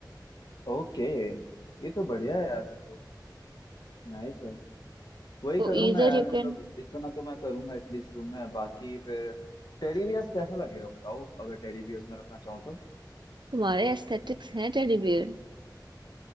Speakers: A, on the left; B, on the right.
A: ओके ये तो बढ़िया है यार फिर तो नाइस वही
B: तो
A: करूंगा
B: इधर
A: यार
B: यू
A: मतलब
B: कैन
A: इतना तो मैं करूंगा एटलीस्ट रूम में बाकी फिर टेडी बियर्स कैसा लगेगा बताओ अगर टेडी बियर्स में रखना चाहो तो
B: तुम्हारे एस्थेटिक्स हैं टेडी बियर